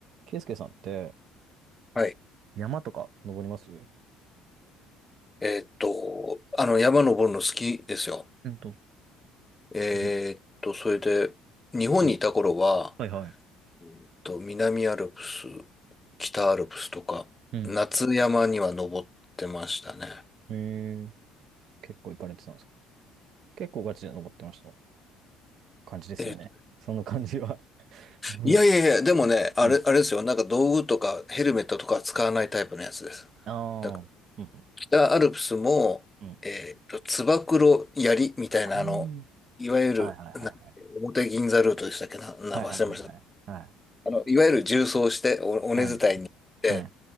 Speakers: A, on the right; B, on the left.
A: ケイスケさんって
B: はい。
A: 山とか登りますう
B: えーっと、あの、山登るの好きですよ。
A: うんと、
B: えーっと、
A: うん
B: それで、日本にいた頃は、
A: といはいは
B: えーっと、南アルプス、北アルプスとか、
A: い。ん。
B: 夏山には登ってましたね。
A: へえ、結構行かれてたんですか結構ガチで登ってました感じですよね。
B: えーっと、
A: その感じはうん
B: いやいやいや、でもね、あれ、
A: うん
B: あれですよ。なんか道具とかヘルメットとかは使わないタイプのやつです。
A: ああー、
B: だから、
A: うん
B: 北アルプスも、
A: うんうん。
B: えーっと、つば九郎槍みたいな、
A: あー
B: あの、いわゆる、
A: はいはいはいはい。
B: な表銀座ルートでしたっけな、な、
A: はいはいは
B: 忘れました。
A: いはい。
B: あの、いわゆる縦走して、お、尾根伝いに行って、
A: はい。はい。